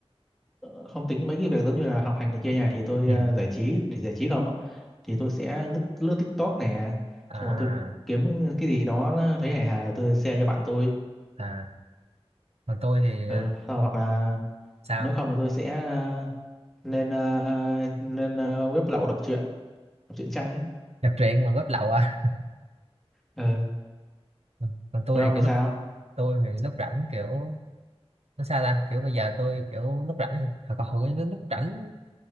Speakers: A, in the centre; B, on the right.
A: ờ, không tính mấy cái việc giống như là học hành này kia nhà thì tôi
B: ừ.
A: ờ, giải trí để giải trí không á thì tôi sẽ lướt lướt TikTok này
B: à
A: xong rồi tôi kiếm cái gì đó nó thấy hài hài tôi share cho bạn tôi
B: à còn tôi thì
A: ờ,
B: ờ,
A: sau hoặc là
B: sao
A: nếu không là tôi sẽ ờ, lên ờ, lên ờ, web lậu đọc truyện đọc truyện tranh ấy
B: đọc truyện bằng web lậu à
A: ờ
B: <laughs> còn tôi
A: còn ông
B: thì kiểu
A: thì sao
B: lúc tôi thì lúc rảnh kiểu nó sao ta kiểu bây giờ tôi kiểu lúc rảnh thì hồi còn hồi lúc lúc rảnh